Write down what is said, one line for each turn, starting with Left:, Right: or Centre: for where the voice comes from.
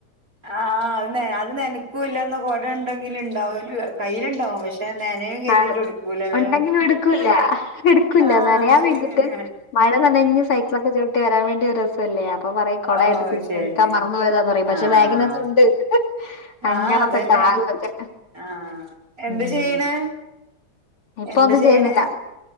Right: ആഹ അത് അത് നനക്കൂല്ലന്ന കുട ഉണ്ടെങ്കിലും ഉണ്ടാവും കയ്യിലുണ്ടാവും പക്ഷെ പക്ഷ നനേയും കരുതിട്ട
Left: ആഹ്
Right: എടുക്കൂലതേ
Left: ഉണ്ടെങ്കിലും എടുക്കൂല്ല എടുക്കൂല്ല
Right: ആഹത്
Left: നനയാൻ
Right: ശരിയന്ന
Left: വേണ്ടിട്ട് മഴ നനഞ്ഞ് സൈക്കിളൊക്കെ ചവിട്ടി ക്കെ വെരാൻ വേണ്ടി ഒരു രസല്ലേ അപ്പ പറയും കൊട
Right: ഓഹ്
Left: എടുത്തില്ല
Right: ശരി
Left: എടുക്കാൻ
Right: ആ
Left: മറന്നു പോയതാന്ന് പറയും
Right: ആഹ്
Left: പക്ഷേ ബാഗിനകത്ത് ഇണ്ട് അങ്ങനത്തെ
Right: ആഹ് അതന്നെ
Left: കാലൊക്കെ
Right: ആഹ് എന്ത്
Left: ഉം
Right: ചെയ്യണ്
Left: ഇപ്പം
Right: എന്ത്
Left: ഒന്നും
Right: ചെയ്യണ്
Left: ചെയ്യുന്നില്ല